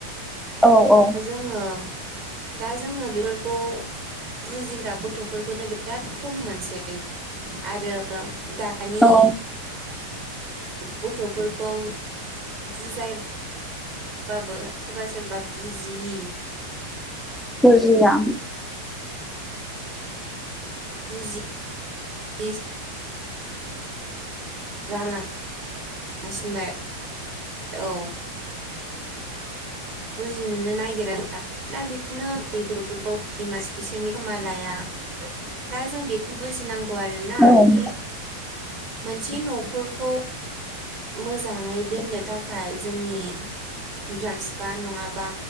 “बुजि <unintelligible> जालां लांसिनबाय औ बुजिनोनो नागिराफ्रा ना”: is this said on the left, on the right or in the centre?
Right